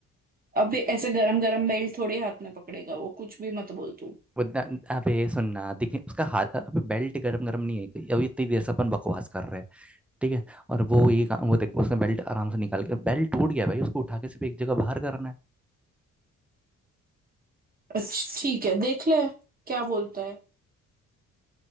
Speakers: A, on the right (about 30°); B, in the centre.
A: अबे ऐसे गरम गरम मेल थोड़ी हाथ में पकड़ेगा वो कुछ भी मत बोल तू
B: वो ना- अबे सुनना देखिए उसका हाथ अबे बेल्ट गरम गरम नहीं है कि अभी इतनी देर से अपन बकवास कर रहे हैं ठीक है और वो ये काम वो देख उसने बेल्ट आराम से निकाल के बेल्ट टूट गया भाई उसको उठा के सिर्फ एक जगह बाहर करना है
A: अच्छा ठीक है देख ले क्या बोलता है